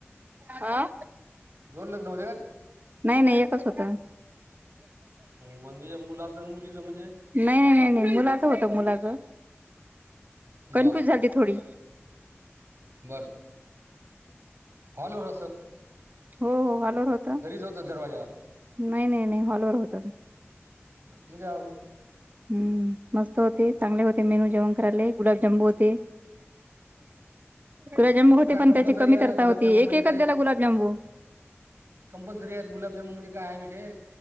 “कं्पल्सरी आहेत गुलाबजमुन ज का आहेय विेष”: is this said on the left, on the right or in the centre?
Right